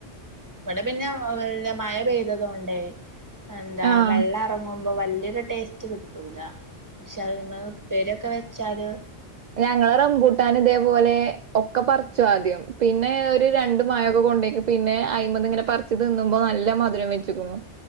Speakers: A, on the right; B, on the right.
A: ഇവിടെ പിന്നെ വല്യ മയ പെയ്തതോണ്ടേ എന്താ
B: ആഹ്
A: വെള്ളാ ങ്ങുമ്പോ വല്യൊരു ടേസ്റ്റ് കിട്ടൂല. <unintelligible> ഉപ്പേരിയൊക്കെ വെ ചര്
B: ഞങ്ങളെ റംമ്പൂട്ടാൻ ഇതേപോലെ ഒക്കെ പർച്ചു ആദ്യം. പിന്നെ ഒര് രണ്ട് മഴൊക്കെ കൊണ്ട പിന്നെ അയ്മ്മന്ന് ങ്ങനെ പർച്ചു തിന്നുമ്പോ നല്ല മധുരം വെച്ചുക്ക് ന്നു.